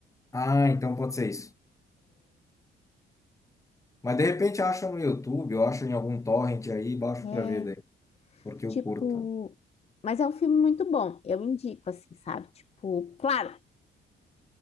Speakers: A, on the left; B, on the left.
A: Ah, então pode ser isso. Mas de repente acho no YouTube, eu acho em algum torrent aí, baixo
B: É,
A: pra ver
B: é.
A: daí, porque eu
B: Tipo.
A: curto.
B: Mas é um filme muito bom. Eu indico, assim, sabe? Tipo, claro,